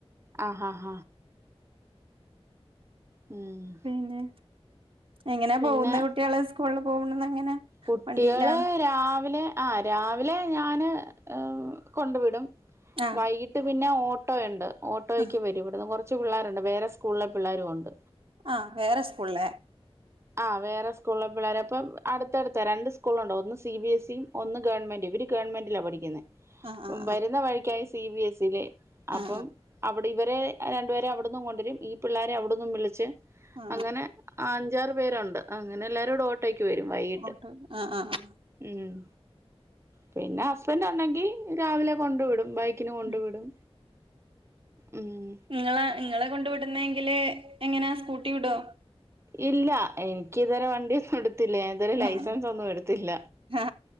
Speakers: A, on the right; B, on the right.
A: ആഹ്ഹാഹ മം
B: പിന്നെ എങ്ങനെപോവുന്നെ
A: പിന്നെ
B: കുട്ടിയാള്, സ്കൂൾള്പോവ്ണത്എങ്ങനെ
A: കുട്ടികള്
B: വണ്ടിയിലാ
A: രാവിലെ ആഹ് രാവിലെ ഞാന് കൊണ്ട് വിടും
B: ആ
A: വൈകിട്ട്പിന്നെ ഓട്ടോയ്ണ്ട് ഓട്ടോയ്ക്ക്
B: ആ
A: വരും ഇവട്ന്ന്കൊറ് ച്ച്പിള്ളാര്ണ്ട് വേറെസ്കൂൾളെ പിള്ളേരുഉണ്ട്
B: ആഹ് വേറെസ്കൂൾളെ
A: ആഹ് വേറെസ്കൂൾള്ളെ പിള്ളേരപ്പം അട്ത്തട്ത്ത രണ്ട്സ്കൂൾളൊണ്ട് ഒന്ന് സി ബി എസി ഒന്ന് ഗവൺമെന്റ്, ഇവര് ഗവൺമെന്റിലാ പഠിക്ക്ന്നെ
B: ആഹ് ആഹ്
A: വരുന്നവഴിക്കായി സിബിഎസിലെ അപ്പം
B: ആ ആ
A: അവ് ഇവരെ രണ്ടുപേരെ അവ്ട്ന്നും കൊണ്ടൊരും ഈപിള്ളാരെ അവിട്ന്നുംവിളിച്ച്
B: ആ
A: അങ്ങനെ ആഹ് അഞ്ചാറ്പേരുണ്ട്, അങ്ങനെല്ലാരുംടൊ ഓട്ടയ്ക്ക് വരുംവൈകിട്ട്
B: ഓട്ടോ ആ ആ ആ
A: ഉം പിന്നെഹസ്ബന്റ് ഉണ്ടെങ്കി രാവിലെകൊണ്ട് വിടും ബൈ ക്കിന് കൊണ്ട്
B: ഉം
A: വിടും ഉം
B: ഇങ്ങള ഇങ്ങളകൊണ്ട് വിട്ന്നെങ്കില് എങ്ങനാ സ്കൂട്ടിവിടോ?
A: ഇല്ല എനി ക്ക്തരെ വണ്ടിന്നുംഇടുത്തില്ല ഞാൻ ഇതവരെ ലൈസൻസൊന്നും
B: അങ്ങനെ
A: ഇടുത്തില്ല
B: ആ